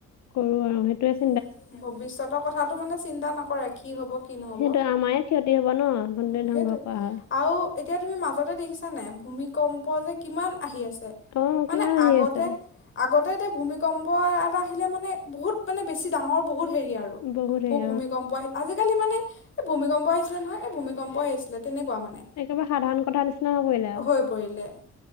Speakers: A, on the left; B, on the left.
A: কৰো আৰু সেইটোৱেচ
B: উম, ভৱিষ্যতৰ কথাটো মানে চিন্তা নকৰে, কি হ'ব। কি নহ'ব
A: সেইটোৱে আমাৰে ক্ষতি হ'ব ন' <unintelligible>
B: উম,
A: ধ্বংস
B: সেইটোৱে
A: কৰা হয়।
B: আৰু এতিয়া তুমি মাজতে দেখিছা নাই, ভূমিকম্প যে কিমান আহি আছে?
A: অ
B: মানে
A: কিমান আহি
B: আগতে,
A: আছে
B: আগতে এতে ভূমিকম্প ইয়াত আহিলে মানে, বহুত মানে বেছি ডাঙৰ বহুত হেৰি আৰু,
A: বহুত হেৰি
B: অ', ভূমিকম্প আহি আজিকালি মানে এই ভূমিকম্প আহিছিলে নহয় এই ভূমিকম্পই আহিছিলে তেনেকুৱা মানে।
A: একেবাৰে সাধাৰণ কথা নিচিনা কৰিলে আৰু,
B: হৈ পৰিলে